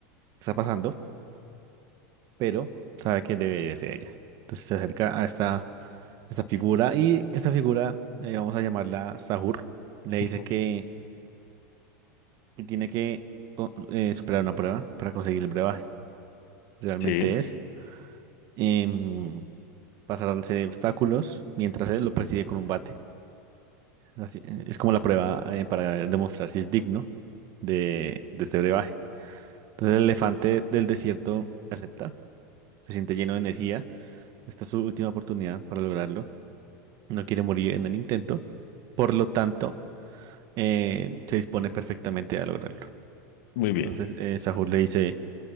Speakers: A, on the right (about 50°); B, on the left (about 70°).
A: está pasando, pero sabe que debe de ser ella. Entonces se acerca a esta, a esta figura y esta figura, eh, vamos a llamarla Sahur, le dice
B: ujú.
A: que, que tiene que co- eh, superar una prueba para conseguir el brebaje. Realmente
B: Sí,
A: es em, pasar una serie de obstáculos mientras él lo persigue con un bate. Así, eh, es como la prueba eh, para demostrar si es digno de, de este brebaje. Entonces el elefante del desierto acepta, se siente lleno de energía. Esta es su última oportunidad para lograrlo. No quiere morir en el intento. Por lo tanto, eh, se dispone perfectamente a lograrlo.
B: muy bien.
A: Entonces eh, Sahur le dice